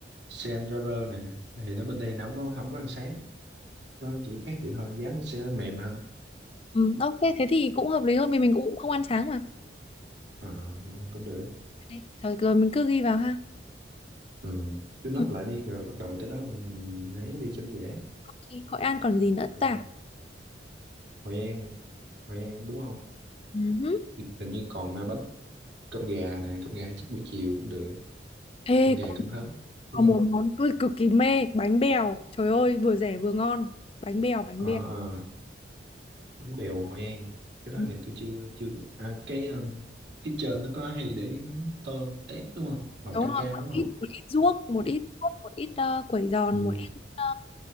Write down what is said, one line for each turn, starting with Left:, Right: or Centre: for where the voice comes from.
Right: Sen Driver nè thì nó bên đây nó không có không có ánh sáng nó chỉ khác vậy thôi giá nó sẽ mềm hơn
Left: ừ, ok thế thì cũng hợp lý hơn vì mình cũng không ăn sáng mà
Right: à, cũng được
Left: Đấy, Thôi rồi mình cứ ghi vào ha.
Right: ừ. cứ nốt
Left: Ừ,
Right: lại đi rồi bắt đầu tới đó mình, mình ấy đi cho nó dễ
Left: ok, Hội An còn gì nữa
Right: rồi.
Left: ta?
Right: Hội An Hội An đúng không
Left: Ừ.
Right: hình như còn à, bánh cơm gà nè cơm gà chắc buổi chiều cũng được
Left: Ê,
Right: cơm gà
Left: có,
Right: cơm hến
Left: có
Right: đúng không
Left: một món tôi cực kỳ mê, bánh bèo. Trời ơi, vừa rẻ vừa ngon. Bánh bèo, bánh
Right: ờ
Left: bèo.
Right: ờ, bánh bèo Hội An cái đó
Left: Ừ,
Right: thì tôi chưa chưa à, cái um, phía trên nó có hay để miếng tôm tép đúng không màu
Left: Đúng
Right: cam
Left: rồi,
Right: cam
Left: một
Right: đúng không
Left: ít, một ít ruốc, một ít ruốc, một ít uh, quẩy giòn,
Right: Ừ.
Left: một ít ờ,